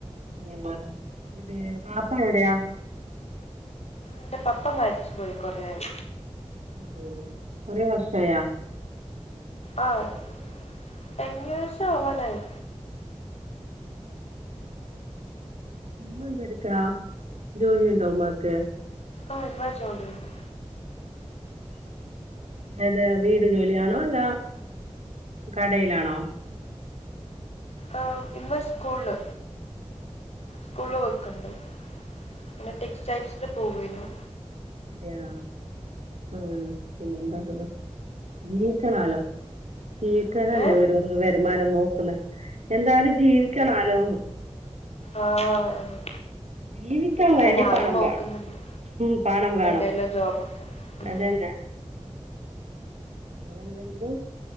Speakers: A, on the right; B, on the left.
A: അനിയന്മാര് ഇത് വാപ്പ എവിടയാ?
B: എന്റെ പപ്പ മരിച്ചുപോയി കുറെയായി.
A: ഓ കൊറെ വർഷം ആയാ
B: ആ ഒരു ടെൻ ഇയോർസ് ആവാനായി.
A: ഉമ്മ എന്ത് എടുക്കാ ജോലിണ്ടോ ഉമ്മാക്ക്?
B: ആഹ് ഉമ്മാ ജോലിയുണ്ട്.
A: <inaudible> ഏത് വീട് ജോലിയാണോ അല്ല കടയിലാണോ?
B: ആ ഉമ്മ സ്കൂളില് സ്കൂളില് വർക്കുണ്ട് പിന്നെ ടെക്സ്റ്റൈൽസിൽ പോവാരുന്നു
A: അതെയാ ആഹ് പിന്നെ എന്താക്കുന്നു ജീക്കണാലോ ജീവക്കണല്ലേ
B: ഏ
A: ഒരു തീരുമാനം നോക്കുന്ന എന്തായാലും ജീവിക്കണലോന്ന്
B: ആഹ്
A: ജീവിക്കാൻ
B: ഇപ്പൊ
A: വേണ്ടി
B: ഞാനും
A: പണം
B: നോക്കുന്നുണ്ട്
A: വേണം ഉം പണം വേണം
B: എന്തേലും ജോബ് ഒക്കെ ഉം
A: അതന്നെ അങ്ങനെ എന്തെങ്കിലും.